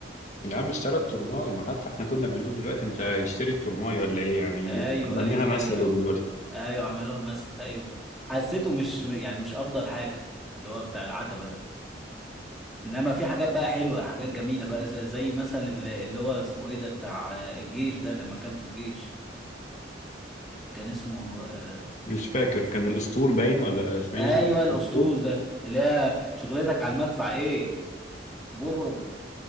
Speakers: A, on the left; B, in the centre.
A: يا عم اشترى الترماي ما حتى احنا كنا بنقول دلوقتي انت اشتري الترماي ولا ايه يعني
B: ايوه
A: عملناها
B: ايوه
A: مثل
B: ايوه ايوه
A: وبنقولها
B: ايوه عملوها مثلا ايوه حسيته مش يعني مش افضل حاجه اللي هو بتاع العتبه ده انما في حاجات بقى حلوه حاجات جميله بقى زي, زي مثلا اللي, اللي هو اسمه ايه ده بتاع آه، الجيش ده لما كان في الجيش كان اسمه آه،
A: مش فاكر كان الاسطول باين ولا اسماعيل
B: ايوه الاسطول
A: الاسطول
B: ده اللي هي شغلتك على المدفع ايه بررم